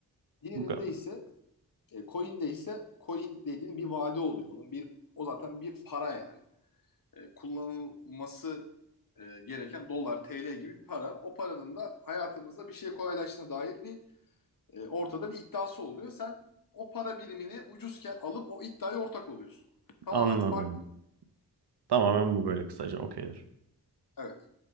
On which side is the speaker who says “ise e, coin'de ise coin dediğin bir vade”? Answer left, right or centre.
Left